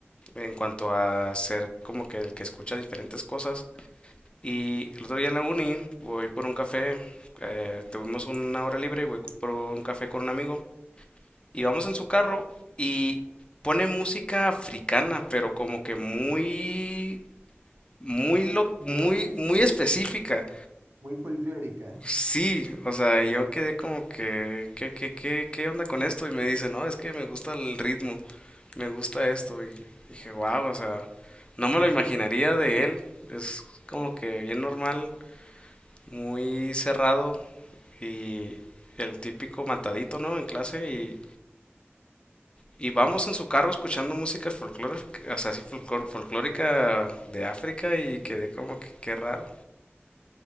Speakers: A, on the left (about 25°); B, on the right (about 60°).
A: en cuanto a ser como que el que escucha diferentes cosas. Y el otro día en la uni voy por un café, eh, tuvimos una hora libre y voy por un café con un amigo. Y vamos en su carro y pone música africana, pero como que muy muy lo, muy,
B: Pero
A: muy específica.
B: muy folclórica.
A: Sí, o sea, yo quedé como que, ¿qué, qué, qué, qué onda con esto? Y me dice, no, es que me gusta el ritmo, me gusta esto. Y dije, wow, o sea, no me
B: <laughs>
A: lo imaginaría de él. Es como que bien normal, muy cerrado y el típico matadito, ¿no? En clase y, y vamos en su carro escuchando música folclórica, o sea, así folclor- folclórica de África y quedé como que, qué raro.